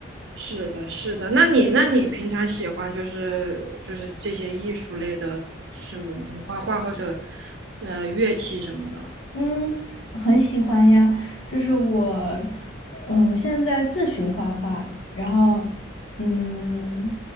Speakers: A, on the right; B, on the left.
A: 是的，是的。那你，那你平常喜欢就是就是这些艺术类的事物吗？画画或者呃乐器什么的？
B: 嗯，很喜欢呀，就是我，嗯，我现在在自学画画，然后，嗯，